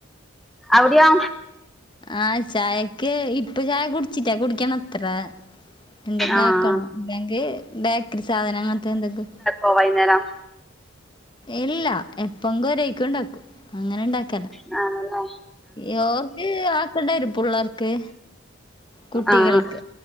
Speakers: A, in the centre; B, on the left (about 25°).
A: അവിടെയോ
B: ആഹ് ചായക്ക് ഇപ്പൊ ചായ കുടിച്ചിട്ടാ കുടിക്കണം അത്ര. എന്തെങ്കും
A: ആഹ്
B: ആക്കണം എന്തെങ്കി ബേക്കറി സാധനം അങ്ങനത്തെ എന്തെങ്കും.
A: ഓ വൈന്നേരം.
B: ഇല്ല എപ്പങ്കും ഒരേക്കും ണ്ടാക്കും അങ്ങനെണ്ടാക്കലാ.
A: ആണ്ലെ
B: യൊർക്ക് ആക്കണ്ടവരും പുള്ളാർക്ക്. കുട്ടികൾക്ക്
A: ആഹ്